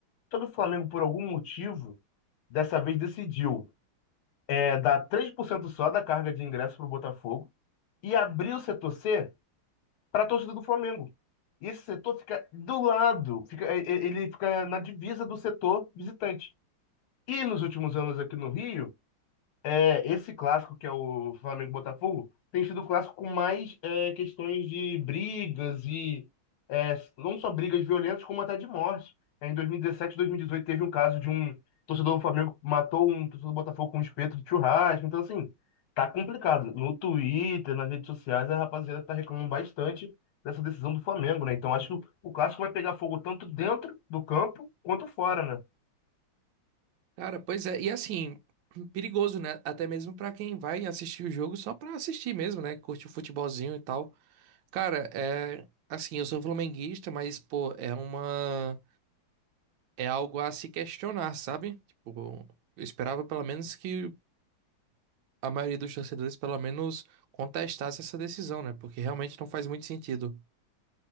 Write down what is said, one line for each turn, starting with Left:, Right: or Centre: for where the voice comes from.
Left: Só que o Flamengo, por algum motivo, dessa vez decidiu é, dar 3% só da carga de ingresso para o Botafogo e abrir o setor C para a torcida do Flamengo. E esse setor fica do lado, fica, e- e- ele fica na divisa do setor visitante. E nos últimos anos aqui no Rio, é, esse clássico que é o Flamengo e Botafogo tem sido o clássico com mais é, questões de brigas e é, não só brigas violentas, como até de morte. É, em dois mil e dezessete, dois mil e dezoito teve um caso de um torcedor do Flamengo que matou um torcedor do Botafogo com um espeto de churrasco. Então, assim, tá complicado. No Twitter, nas redes sociais, a rapaziada tá reclamando bastante dessa decisão do Flamengo, né? Então, acho que o o clássico vai pegar fogo tanto dentro do campo quanto fora, né?
Right: Cara, pois é. E assim, perigoso, né? Até mesmo pra quem vai assistir o jogo só pra assistir mesmo, né? Curte o futebolzinho e tal. Cara, é assim, eu sou flamenguista, mas pô, é uma é algo a se questionar, sabe? Tipo, eu esperava pelo menos que a maioria dos torcedores pelo menos contestasse essa decisão, né? Porque realmente não faz muito sentido.